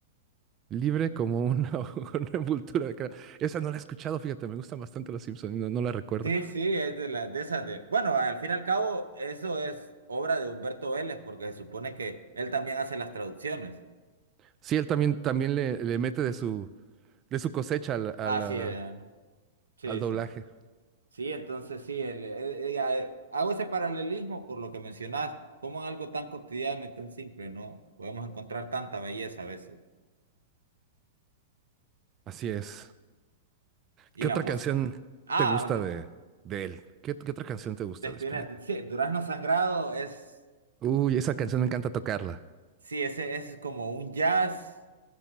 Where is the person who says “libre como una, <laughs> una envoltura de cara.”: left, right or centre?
Right